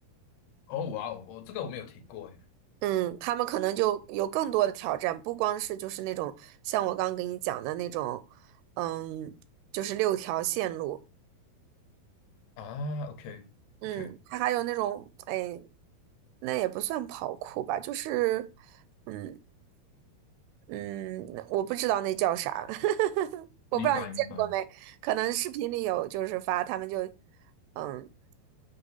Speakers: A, on the left (about 80°); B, on the right (about 85°).
A: 哦，哇哦，我这个我没有听过诶。
B: 嗯，他们可能就有更多的挑战，不光是就是那种像我刚刚给你讲的那种，嗯，就是六条线路，
A: 啊，OK
B: 嗯，
A: OK，
B: 它还有那种，哎，那也不算跑酷吧，就是，嗯。嗯，我不知道那叫啥，<laughs> 我不知道你见过没？
A: 明白明白。
B: 可能视频里有，就是发他们就，嗯，